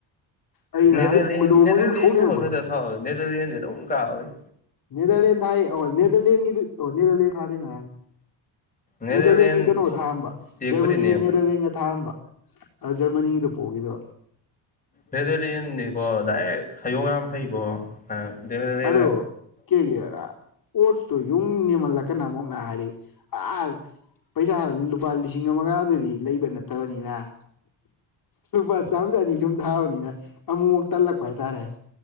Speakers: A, on the left (about 45°); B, on the left (about 15°).
A: ꯑꯩꯅ
B: ꯅꯦꯗꯔꯂꯦꯟ
A: ꯈꯣꯏꯗꯧ ꯑꯃ
B: ꯅꯦꯗꯔꯂꯦꯟꯒꯨꯝꯕ
A: ꯌꯨꯡ ꯁꯧꯅꯤꯡꯉꯛꯄꯗꯣ
B: ꯈꯛꯇ ꯊꯥꯎ ꯅꯦꯗꯔꯂꯦꯟꯗꯤ ꯑꯃꯝ ꯀꯥꯕꯅꯦ
A: ꯅꯦꯗꯔꯂ ꯊ ꯅꯦꯗꯔꯂꯦꯟꯒꯤ ꯅꯦꯗꯔꯂꯦꯟ ꯊꯥꯗꯦꯅ
B: ꯅꯦꯗꯔꯂꯦꯟ
A: ꯅꯦꯗꯔꯂꯦꯟꯒꯤ ꯀꯩꯅꯣ
B: ꯏꯁꯇꯦꯛꯄꯨꯗꯤ
A: ꯊꯥꯔꯝꯕ ꯖꯔꯃꯅꯤꯒ
B: ꯅꯦꯝꯕꯅꯤ
A: ꯅꯦꯗꯔꯂꯦꯟꯒ ꯊꯥꯔꯝꯕ ꯑꯗ ꯖꯔꯃꯅꯤ ꯗꯨ ꯄꯣꯒꯤꯗꯕ
B: ꯅꯦꯗꯔꯂꯦꯟꯅꯤꯀꯣ ꯗꯥꯏꯔꯦꯛ ꯍꯌꯣꯉ ꯍꯩꯀꯣ ꯅꯦꯗꯔꯂꯦꯟ
A: ꯑꯗꯣ
B: ꯑ
A: <unintelligible> ꯄꯩꯁꯥ ꯂꯨꯄꯥ ꯂꯤꯁꯤꯡ ꯑꯃꯒꯗꯨꯗꯤ ꯂꯩꯕ ꯅꯠꯇꯕꯅꯤꯅ ꯂꯨꯄꯥ ꯆꯥꯝ ꯆ ꯑꯅꯤ ꯁꯨꯝ ꯊꯥꯕꯅꯤꯅ ꯑꯃꯨꯛꯃꯨꯛ ꯇꯜꯂꯛꯄ ꯍꯥꯏꯇꯥꯔꯦ